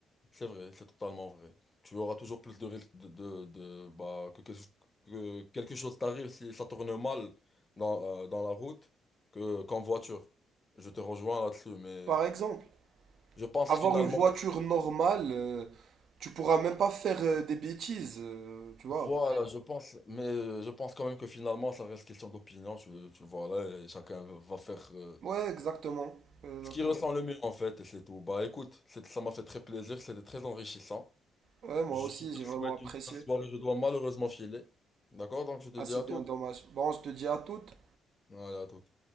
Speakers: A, on the left; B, on the right.
A: C'est vrai, c'est totalement vrai. Tu auras toujours plus de risques de, de, de- bah, que, quelque- que quelque chose t'arrive si ça tourne mal dans, euh, dans la route que, qu'en voiture. Je te rejoins là-dessus, mais
B: par exemple.
A: je pense
B: Avoir
A: finalement...
B: une voiture normale, euh, tu pourras même pas faire euh, des bêtises, euh, tu vois.
A: Voilà, je pense, mais euh, je pense quand même que finalement, ça reste question d'opinion. Tu, tu vois, là, et chacun va faire euh,
B: Ouais, exactement. Exactement.
A: ce qu'il ressent le mieux, en fait, et c'est tout. Bah écoute, c'est- ça m'a fait très plaisir, c'était très enrichissant.
B: Ouais, moi
A: Je
B: aussi,
A: te
B: j'ai vraiment
A: souhaite
B: apprécié.
A: une bonne soirée, je dois malheureusement filer. D'accord? Donc, je te
B: Ah,
A: dis
B: c'est
A: à toutes.
B: bien dommage. Bon, je te dis à toutes.
A: Allez, à toutes.